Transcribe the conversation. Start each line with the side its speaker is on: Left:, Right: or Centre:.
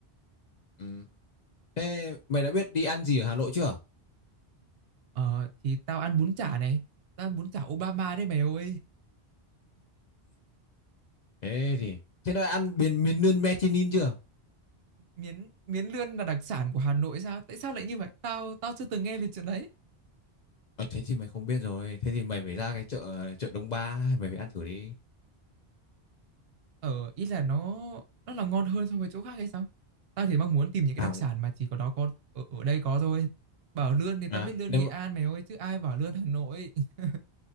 Left: ừ. thế mày đã biết đi ăn gì ở Hà Nội chưa
Right: Ờ thì tao ăn bún chả này, tao ăn bún chả Obama đấy mày ơi.
Left: thế thì thế đã ăn miền miền nướng Mechinin chưa
Right: Miến miến lươn là đặc sản của Hà Nội sao? Tại sao lại như vậy? Tao tao chưa từng nghe về chuyện đấy.
Left: ờ, thế thì mày không biết rồi thế thì mày phải ra cái chợ chợ Đông Ba mày phải ăn thử đi
Right: Ờ ý là nó nó là ngon hơn so với chỗ khác hay sao? Tao thì mong muốn tìm những cái
Left: tao
Right: đặc sản mà chỉ có đó có ở, ở đây có thôi. Bảo lươn thì tao
Left: à,
Right: biết lươn
Left: nếu
Right: Nghệ
Left: mà
Right: An mày ơi chứ ai bảo lươn Hà Nội. <laughs>